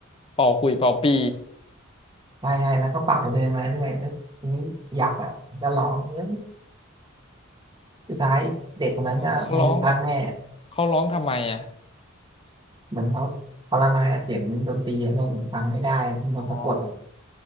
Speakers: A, on the left (about 25°); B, on the right (about 20°).
A: เป่าคุยเป่าปี
B: ใช่ใช่แล้วก็เป่าเดินมาเรื่อยแล้วทีนี้ยักษ์อ่ะมันก็ร้องเออ สุดท้ายเด็กคนนั้นก็มาอยู่ข้างแม่
A: เขาร้องเขาร้องทำไมอ่ะ
B: เหมือนเขาเขาละมายเสียงดนตรีก็เหมือนฟังไม่ได้เป็นมนต์สะกดอ่ะ
A: อ๋อ